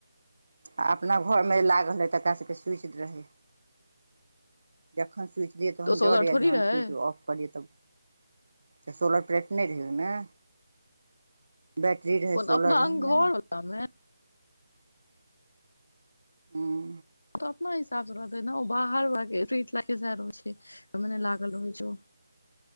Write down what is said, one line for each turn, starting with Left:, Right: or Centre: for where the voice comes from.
Right: आ अपना घरमे लागल रहै त एकरा सभके स्वीच रहै। जखन स्विच दियै तखन
Left: तऽ ओ सोलर
Right: जरै
Left: थोड़ी
Right: आ जखन
Left: रहै
Right: स्विच ऑफ करियै तब ए सोलर प्लेट नै रिहौ नै। बैटरी रहै,
Left: कोन
Right: सोलर
Left: अपना
Right: रहै
Left: घर
Right: नै।
Left: वला मे
Right: हुं।
Left: त अपना हिसाब से रहतै ना उ बाहर <unintelligible> लखीसराय छै मने लागल रहै छै ओ।